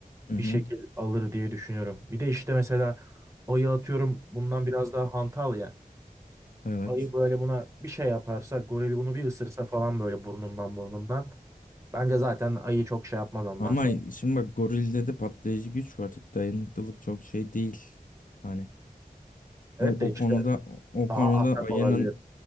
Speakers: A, on the left (about 65°); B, on the right (about 20°).
A: Hı hı.
B: bir şekil alır diye düşünüyorum. Bir de işte mesela ayı atıyorum bundan biraz daha hantal ya.
A: Evet.
B: Ayı böyle buna bir şey yaparsa goril bunu bir ısırsa falan böyle burnundan burnundan. Bence zaten ayı çok şey yapmaz ondan
A: Ama
B: sonra.
A: şimdi bak gorilde de patlayıcı güç var. Dayanıklılık çok şey değil. Hani
B: Evet
A: o, o
B: de işte
A: konuda o konuda
B: daha atak
A: ayının
B: olabilir.